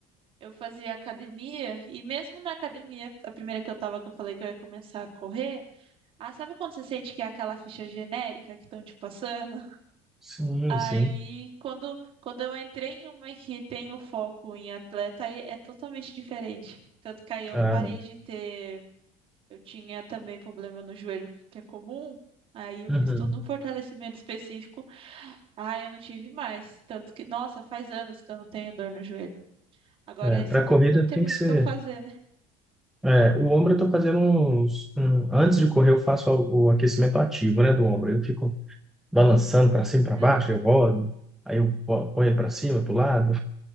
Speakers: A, on the right; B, in the centre.
A: eu fazia academia, e mesmo na academia, a primeira que eu tava, que eu falei que eu ia começar a correr, Ah, sabe quando você sente que é aquela ficha genérica que estão te passando?
B: sim,
A: Aí,
B: sim.
A: quando, quando eu entrei em uma que tem o foco em atleta, aí é totalmente diferente. Tanto que aí eu
B: Ah,
A: parei de ter. Eu tinha também problema no joelho, que é comum. Aí eu
B: Uhum.
A: fiz todo um fortalecimento específico. Aí eu não tive mais. Tanto que, nossa, faz anos que eu não tenho dor no joelho. Agora
B: É,
A: esse
B: para
A: ombro
B: corrida
A: não tem
B: tem
A: muito
B: que ser.
A: o que eu fazer, né?
B: É, o ombro eu tô fazendo uns. um- antes de correr, eu faço o, o aquecimento ativo, né, do ombro. Eu fico balançando para
A: Uhum.
B: cima e para baixo, eu rodo, aí eu po- ponho para cima, para o lado.